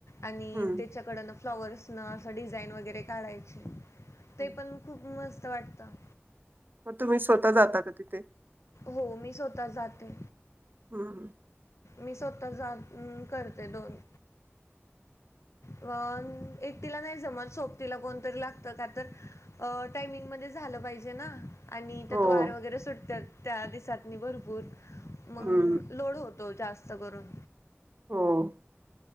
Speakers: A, on the left; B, on the right.
A: आणि
B: हं,
A: त्याच्याकड न फ्लॉवर्सनं असं डिझाईन वगैरे काढायचे ते
B: हं.
A: पण खूप मस्त त वाटता.
B: मग तुम्ही स्वतः जाता का तिथे?
A: हो मी स्वतःच जाते.
B: हम्
A: मी स्वतः जा करते दोन. अ एक तिला नाही जमत सोबतीला कोणतरी लागत का तर टायमिंग झालं पाहिजे ना आणि त्यात
B: हो.
A: वार वगैरे सुटत त्या दिसातनी भरपूर मग
B: हं.
A: लोड होतोच जास्त करून
B: हम